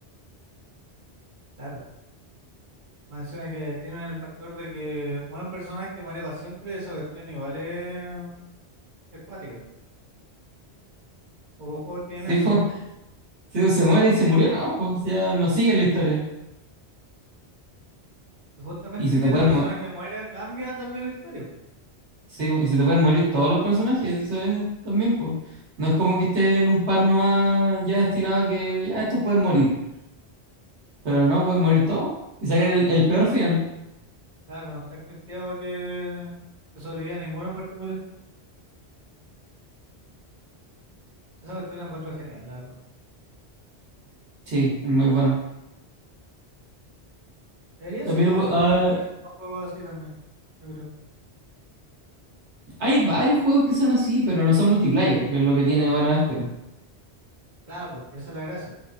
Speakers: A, on the right; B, on the right.
A: claro. Menciona que tienen el factor de que muere un personaje que muere para siempre, esa cuestión igual es, es cuática. Pocos juegos tienen
B: Si,
A: eso.
B: po, <laughs> si se muere y se murió, no, pues ya no sigue la historia.
A: Y justamente
B: Y si te
A: que ese
B: puedes,
A: personaje que muera cambia también la historia.
B: Sí, po, y se te pueden morir todos los personajes, eso es también, por. No es como que esté en un par nomás ya destinado a que ya estos pueden morir, pero no, pueden morir todos y sacar el, el peor final.
A: Claro, no está scripteado que, que sobreviva ninguno en particular. Esa cuestión la encuentro genial, la verdad.
B: Sí, es muy bueno.
A: Debería
B: También
A: sacar
B: lo
A: otra
B: pu- ah,
A: empresa para juegos así también, yo creo.
B: hay varios juegos que son así, pero no son multiplayer, que es lo que tiene bueno este.
A: Claro, porque esa es la gracia,